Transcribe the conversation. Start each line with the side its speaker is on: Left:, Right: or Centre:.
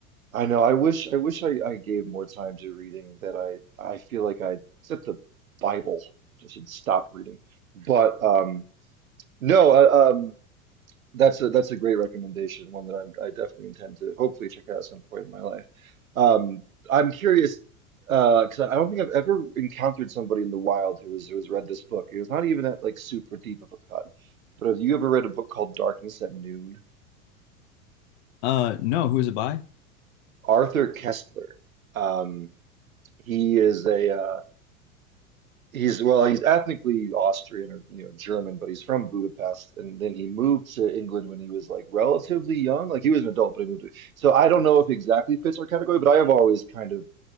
Right: I know. I wish I wish I, I gave more time to reading. That I I feel like I except the Bible, I should stop reading. But um, no, uh, um. That's a that's a great recommendation, one that I'm, I definitely intend to hopefully check out at some point in my life. Um, I'm curious uh, because I don't think I've ever encountered somebody in the wild who has who has read this book. It was not even at like super deep of a cut. But have you ever read a book called Darkness at Noon?
Left: Uh no, who is it by?
Right: Arthur Kessler. Um, he is a uh, He's well, he's ethnically Austrian or you know German, but he's from Budapest, and then he moved to England when he was like relatively young. Like he was an adult, but he moved to. So I don't know if he exactly fits our category, but I have always kind of